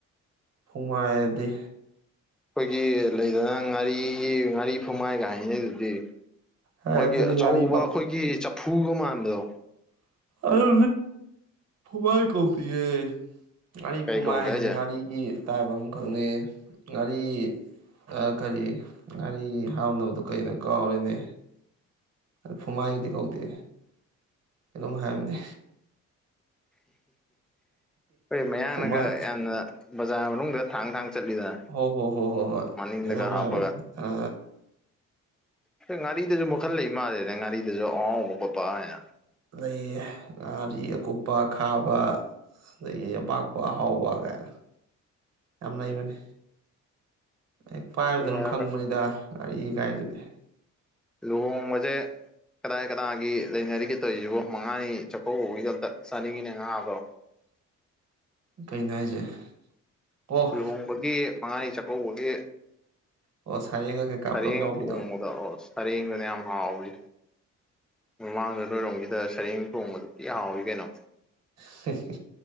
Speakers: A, on the right (about 55°); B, in the centre.
A: ꯐꯨꯃꯥꯏꯗꯤ
B: ꯑꯩꯈꯣꯏꯒꯤ ꯂꯩꯗꯅ ꯉꯥꯔꯤꯒꯤ ꯉꯥꯔꯤ ꯐꯨꯝꯃꯥꯏꯒꯥꯏꯉꯩꯗꯨꯗꯤ ꯑꯩꯈꯣꯏꯒꯤ
A: ꯍꯦ ꯑꯗꯨꯗꯤ
B: ꯑꯆꯧꯕ
A: ꯉꯥꯔꯤ
B: ꯑꯩꯈꯣꯏꯒꯤ ꯆꯐꯨꯒ ꯃꯥꯟꯕꯗꯣ
A: ꯑꯔ ꯐꯨꯃꯥꯏ ꯀꯧꯗꯤꯦ ꯉꯥꯔꯤ
B: ꯀꯔꯤ
A: ꯐꯨꯃꯥꯏ
B: ꯀꯧꯒꯦ
A: ꯍꯥꯏꯁꯤꯗꯤ
B: ꯍꯥꯏꯁꯦ
A: ꯉꯥꯔꯤꯒꯤ ꯇꯥꯏꯞ ꯑꯃꯈꯛꯅꯤ ꯉꯥꯔꯤ ꯑ ꯀꯔꯤ ꯉꯥꯔꯤ ꯍꯥꯞꯅꯕꯗꯣ ꯀꯩꯅꯣ ꯀꯥꯎꯔꯤꯅꯦ ꯑꯗꯨ ꯐꯨꯃꯥꯏꯒꯤꯗꯤ ꯀꯧꯗꯦ ꯀꯩꯅꯣꯝ ꯍꯥꯏꯔꯝꯅꯦ
B: ꯍꯣꯏ ꯃꯌꯥꯅꯒ
A: ꯐꯨꯃꯥꯏ
B: ꯌꯥꯝꯅ ꯕꯖꯥꯔ ꯃꯅꯨꯡꯗ ꯊꯥꯡ ꯊꯥꯡ ꯆꯠꯂꯤꯗꯅ
A: ꯍꯣ ꯍꯣ ꯍꯣ ꯍꯣ ꯍꯣꯏ ꯑꯗꯨꯩꯅ
B: ꯃꯅꯤꯡꯗꯒ
A: ꯍꯥꯏꯥꯏꯃꯦꯅꯦ
B: ꯍꯥꯞꯄꯒ
A: ꯑ
B: ꯉꯥꯔꯤꯗꯁꯨ ꯃꯈꯟ ꯂꯩ ꯃꯥꯜꯂꯦꯅꯦ ꯉꯥꯔꯤꯗꯁꯨ ꯑꯍꯥꯎꯕ ꯈꯣꯠꯄ ꯍꯥꯏꯅ
A: ꯑꯗꯗꯒꯤ ꯉꯥꯔꯤ ꯑꯀꯨꯞꯄ ꯈꯥꯕ ꯑꯗꯒꯤ ꯑꯄꯥꯛꯄ ꯑꯍꯥꯎꯕ ꯀꯥꯏꯅ ꯌꯥꯝ ꯂꯩꯕꯅꯦ ꯍ ꯄꯥꯏꯕꯗ
B: ꯑꯗꯨꯒ
A: ꯑꯗꯨꯝ ꯈꯪꯕꯅꯤꯗ ꯉꯥꯔꯤꯒꯥꯏꯗꯨꯗꯤ
B: ꯂꯨꯍꯣꯡꯕꯁꯦ ꯀꯗꯥꯏ ꯀꯗꯥꯏꯒꯤ ꯂꯩꯅꯔꯤꯒꯦ ꯇꯧꯔꯤꯕꯣ ꯃꯉꯥꯅꯤ ꯆꯥꯛꯀꯧꯕꯒꯤꯗꯣ ꯑꯝꯇ ꯆꯥꯅꯤꯡꯉꯤꯅꯦ ꯉꯥꯕ꯭ꯔꯣ <unintelligible>
A: ꯀꯩꯅꯣ ꯍꯥꯏꯁꯦ ꯑꯣ
B: ꯂꯨꯍꯣꯡꯕꯒꯤ ꯃꯉꯥꯅꯤ ꯆꯥꯛꯀꯧꯕꯒꯤ
A: ꯑꯣ ꯁꯔꯦꯡꯒ ꯀꯩꯀꯥ
B: ꯁꯔꯦꯡ
A: ꯄꯨꯂꯞ ꯌꯥꯎꯕꯤꯗꯣ
B: ꯊꯣꯡꯕꯗ ꯑꯣ ꯁꯔꯦꯡꯗꯨꯅ ꯌꯥꯝ ꯍꯥꯎꯋꯤ ꯃꯃꯥꯡꯗ ꯂꯣꯏꯔꯣꯝꯒꯤꯗ ꯁꯔꯦꯡ ꯊꯣꯡꯕꯗ ꯀ ꯍꯥꯎꯋꯤ ꯀꯩꯅꯣ
A: ꯁꯤ